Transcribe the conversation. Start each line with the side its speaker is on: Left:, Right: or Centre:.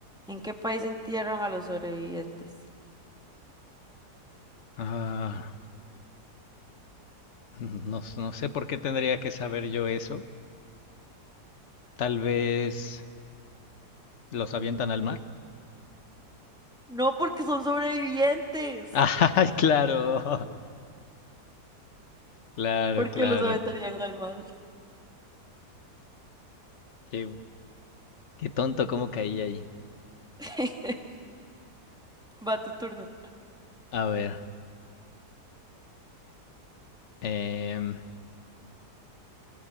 Centre: ¿en qué país entierran a los sobrevivientes?
Left: Ah, no, s- no sé por qué tendría que saber yo eso. Tal vez los avientan al mar.
Centre: No porque son sobrevivientes,
Left: <laughs> ¡Ay, claro! Claro,
Centre: porque
Left: claro.
Centre: los Claro. aventarían al mar.
Left: Qué, qué tonto, cómo caí ahí.
Centre: <laughs> Va tu turno.
Left: A ver. em,